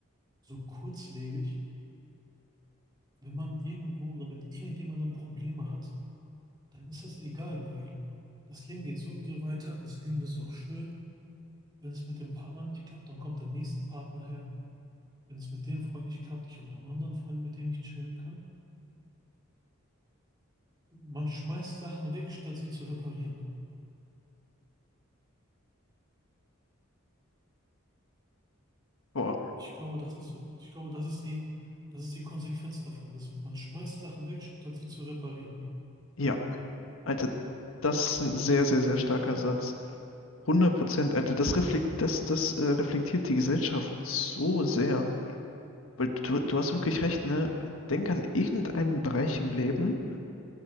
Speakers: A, on the right; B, on the left.
A: so kurzlebig. Wenn man irgendwo oder mit irgendjemandem Probleme hat, dann ist das egal, weil das Leben geht sowieso weiter. Das Leben ist auch schön. Wenn es mit dem Partner nicht klappt, dann kommt der nächste Partner her. Wenn es mit dem Freund nicht klappt, ich habe noch einen anderen Freund, mit dem ich chillen kann. Man schmeißt Sachen weg, statt sie zu reparieren.
B: Boah,
A: Ich glaube, das ist so. Ich glaube, das ist die, das ist die Konsequenz davon, dass man schmeißt Sachen weg, statt sie zu reparieren.
B: ja, Alter, das ist ein sehr, sehr, sehr starker Satz. 100 Prozent, Alter, das reflekt, das, das äh, reflektiert die Gesellschaft so sehr. Weil du, du hast wirklich recht, ne? Denk an irgendeinen Bereich im Leben